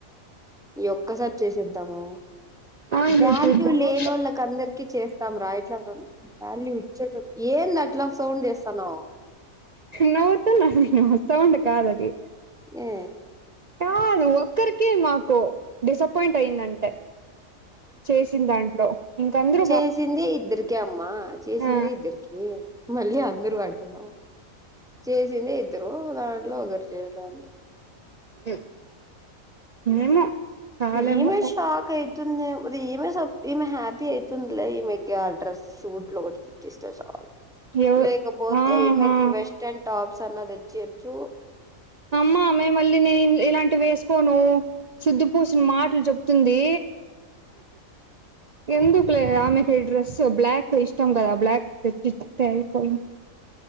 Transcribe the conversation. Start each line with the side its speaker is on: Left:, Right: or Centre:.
Centre: ఈ ఒక్కసారి చేసేద్దాము
Right: ఆయిల్
Centre: వాల్యూ
Right: అయిపోయిందా
Centre: లేనోళ్ళకి అందరికి చేస్తాంరా ఇట్లా వాల్యూ ఇచ్చేటో ఏం అట్లా సౌండ్ చేస్తాన్నవ్
Right: నవ్వుతున్న నేను సౌండ్ కాదు అది
Centre: ఏ
Right: కాదు ఒక్కరికే మాకు డిసప్పాయింట్ అయిందంటే చేసినదాంట్లో ఇంక అందరు
Centre: చేసిందే ఇద్దరికే అమ్మా చేసిందే
Right: ఆ
Centre: ఇద్దరికి మళ్ళీ అందరూ అంటున్నావ్ చేసిందే ఇద్దరు దాంట్లో ఒకరు చేయలే అంతే
Right: మ్మ్ ఏమో చాలేమో
Centre: ఈమె షాక్ ఆయితుంది ఈమె ఈమె హ్యాపి ఆయి తుందిలే ఈమెకి ఆ డ్రెస్ సూట్లు ఒకటి తెచ్చిస్తే చాలు
Right: ఎవ
Centre: లేకపోతే
Right: ఆహా
Centre: ఈమెకి వెస్ట్రన్ టాప్స్ అన్న తెచ్చియొచ్చు
Right: అమ్మా మే మళ్ళీ నేను ఇలాంటివేసుకోను సుద్ద పూస మాటలు చెప్తుంది ఎందుకు లే ఆమె తె డ్రెస్సు బ్లాక్ ఇష్టం గదా బ్లాక్ తెప్పిత్తె అయిపోయిన్